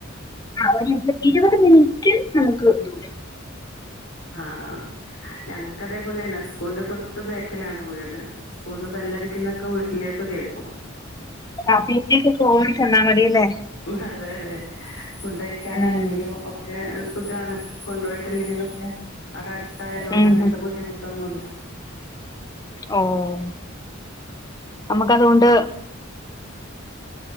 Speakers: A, on the left; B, on the left.
A: ആഹ് ഒരു ഇരുപത് മിനിറ്റ് നമുക്ക് ദൂരം
B: ആഹ് ആ ഞങ്ങക്ക് അതേപോലെ തന്നെ സ്കൂളിന്റെ തൊട്ടു ബാക്കിലാണ് വീട് സ്കൂളിന്ന് ബെല്ലടിക്കുന്നൊക്കെ വീട്ടിലോട്ട് കേൾക്കും
A: ആഹ് പി ടി എ ക്കൊക്കെ ഓടി ചെന്നാമതില്ലേ
B: അതെയതെ ഫുഡ് കഴിക്കാനാണെങ്കിലും
A: ഉം
B: ഒ ക്കെ സുഖാണ് കൊണ്ടോയിട്ടില്ലെങ്കിലൊക്കെ അവടെ അടുത്തായതോണ്ട്
A: ഉം
B: അങ്ങനത്തെ
A: ഉം
B: ബുദ്ധിമുട്ടൊന്നുല്ല
A: ഓഹ് നമുക്കതോണ്ട്